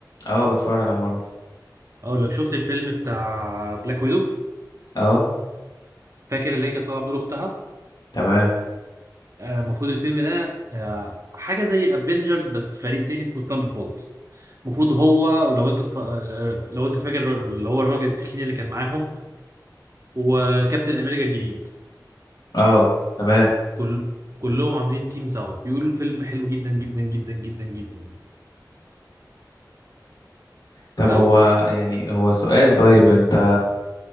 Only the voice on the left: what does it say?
اه بتفرج على مارفل
اه
تمام
اه تمام
طب هو
يعني هو سؤال طيب انت